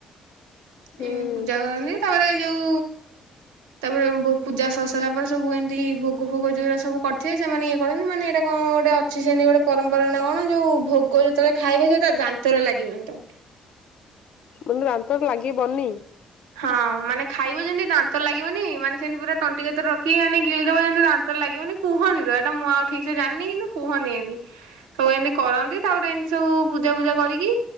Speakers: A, on the left; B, on the right.
A: ହୁଁ।
B: ଏଇନି ପୂଜା କରନ୍ତି। ତାପରେ ଯୋଉ ତାପରେ ପୂଜା ସ ସାରିଲା ପରେ ସବୁ ଏମିତି ଭୋଗ ଫୋଗ ଯୋଉଟା ସବୁ କରିଥିବେ ସେମାନେ ଇଏ କରନ୍ତି ମାନେ ଏଇଟା କଣ ଗୋଟେ ଅଛି ସେମିତି ଗୋଟେ ପରମ୍ପରା ନା କଣ? ଯୋଉ ଭୋଗ ଯେତେବେଳେ ଖାଇବେ ସେଟା ଦାନ୍ତରେ ଲାଗିବ ତ
A: ମାନେ ଦନ୍ତର ଲାଗିବନନି
B: ହଁ ମାନେ ଖାଇବ ଯେମିତି ଦାନ୍ତ ଲାଗିବନି ମାନେ ସେମିତି ପୁରା ତଣ୍ଟି ଗତର ରଖି ମାନେ ଗିଳିଦବ ଯେମିତି ଦାନ୍ତ ଲାଗିବନି କୁହନ୍ତି ତ ଏଇଟା ମୁଁ ଆଉ ଠିକ ସେ ଜାଣିନି କିନ୍ତୁ କୁହନ୍ତି ଏମତି ସବୁ ଏମତି କରନ୍ତି ତାପରେ ଏମିତି ସବୁ ପୂଜା ପୂଜା କରିକି